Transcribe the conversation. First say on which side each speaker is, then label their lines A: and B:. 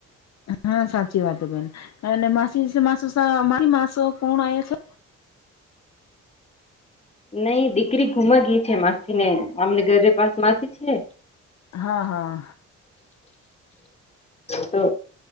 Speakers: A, on the left; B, on the left.
A: હા સાચી વાત બેન અને માસીસ માસસા ઈ માણસો કોણ આવે છે.
B: નઈ દીકરી ગુમા ગઈ છે માસી ને અમને ઘરે પાસ માસી છે.
A: હા હા.
B: તો